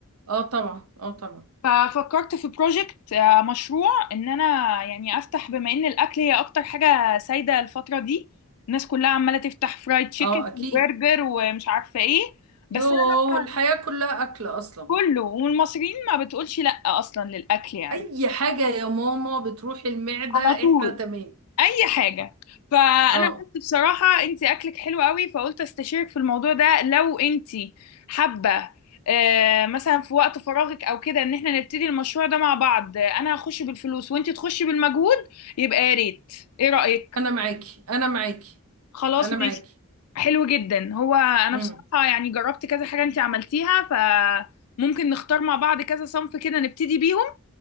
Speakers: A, on the right; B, on the left.
A: اه طبعا اه طبعا
B: ففكرت في بروجكت مشروع ان انا يعني افتح بما ان الاكل هي اكتر حاجه سايده الفتره دي الناس كلها عماله تفتح فرايد تشيكن
A: اه اكيد
B: وبرجر ومش عارفه ايه بس
A: يوه
B: انا بقى
A: الحياة كلها اكل اصلا
B: كله والمصريين ما بتقولش لا اصلا للاكل يعني
A: اي حاجة يا ماما بتروح المعدة
B: على طول
A: احنا تمام
B: اي حاجه فانا
A: اه
B: قلت بصراحه انت اكلك حلو قوي فقلت استشيرك في الموضوع ده لو انت حابه آه، مثلا في وقت فراغك او كده ان احنا نبتدي المشروع ده مع بعض آه، انا هخش بالفلوس وانت تخشي بالمجهود يبقى يا ريت ايه رايك
A: انا معاكي انا معاكي
B: خلاص
A: انا
B: ماشي
A: معاكي
B: حلو جدا هو انا
A: امم
B: بصراحه يعني جربت كذا حاجه انت عملتيها فممكن نختار مع بعض كذا صنف كده نبتدي بيهم